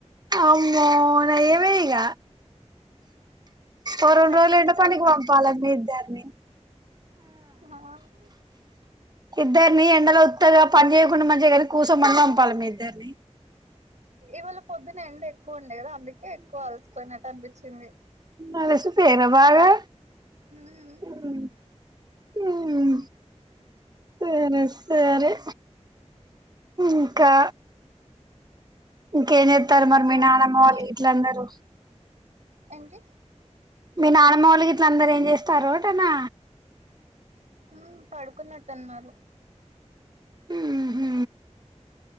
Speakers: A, on the right; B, on the right.
A: అమ్మో నయమే ఇగ ఓ
B: ఆ
A: రొండు
B: మెట్లన్నీ
A: రోజులు ఇట్ల పనికి పంపాలి మీ ఇద్దర్ని
B: హా మ్
A: ఇద్దర్ని ఎండలో ఉత్తగా పని చేయకుండా మంచిదేగానీ కూర్సొమని పంపాలి మీ ఇద్దర్ని
B: ఇవాళ పొద్దున ఎండ ఎక్కువ ఉండే కదా అందుకే ఎక్కువ అలసిపోయినట్టు అనిపిచింది
A: అలిసిపోయిన్ర బాగా
B: మ్మ్
A: ఉమ్ ఊమ్మ్ సరే సరే ఇంకా ఇంకేం చేత్తన్రు
B: ఇంకా
A: మరి మీ నానమ్మ
B: చెప్పాలి
A: వాళ్ళు గిట్లా అందరూ
B: ఏంటి
A: మీ నానమ్మ వాళ్ళు గిట్లా అందరూ ఏం చేస్తాన్రు అంటున్నా
B: ఉమ్ పడుకున్నట్టున్నారు
A: ఉహు